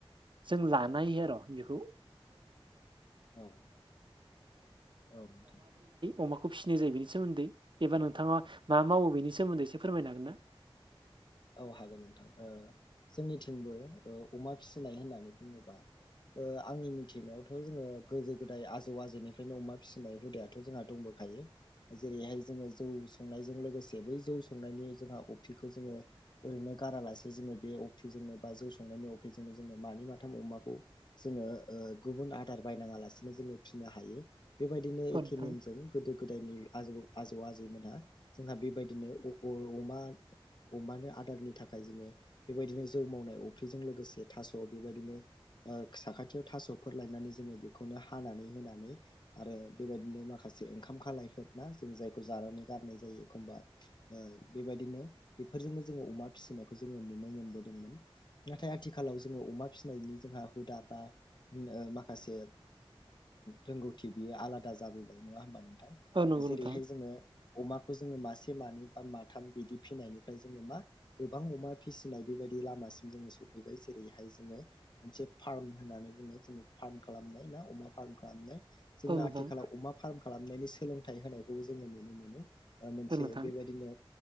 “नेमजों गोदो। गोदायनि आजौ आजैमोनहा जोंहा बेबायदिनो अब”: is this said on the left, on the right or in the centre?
Left